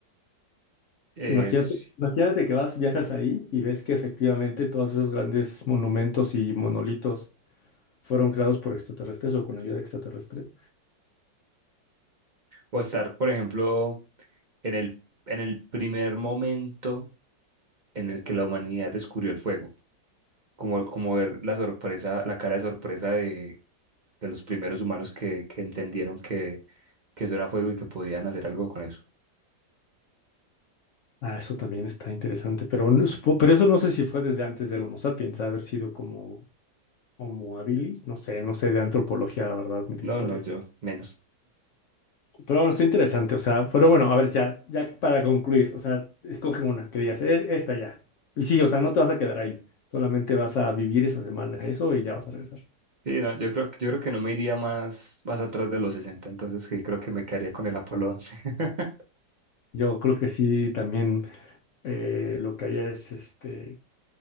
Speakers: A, on the right; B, on the left.
A: Eh,
B: Imagínate,
A: sí.
B: imagínate que vas, viajas ahí y ves que efectivamente todos esos grandes monumentos y monolitos fueron creados por extraterrestres o con ayuda extraterrestre.
A: o estar, por ejemplo, en el, en el primer momento en el que la humanidad descubrió el fuego, como, como ver la sorpresa, la cara de sorpresa de, de los primeros humanos que, que entendieron que que yo era fuego y que podían hacer algo con eso.
B: Ah, eso también está interesante. Pero, no- supo- pero eso no sé si fue desde antes del Homo sapiens, haber sido como Homo habilis. No sé, no sé de antropología, la verdad, ni de
A: No,
B: historia.
A: no, yo menos.
B: Pero bueno, está interesante. O sea, pero bueno, a ver, ya, ya para concluir, o sea, escoge una que digas, es esta ya. Y sí, o sea, no te vas a quedar ahí. Solamente vas a vivir esa semana eso y ya vas a regresar.
A: Sí, no, yo creo, que- yo creo que no me iría más, más atrás de los 60 entonces que creo que me quedaría con el Apolo once <laughs>
B: Yo creo que sí, también eh, lo que haría es este,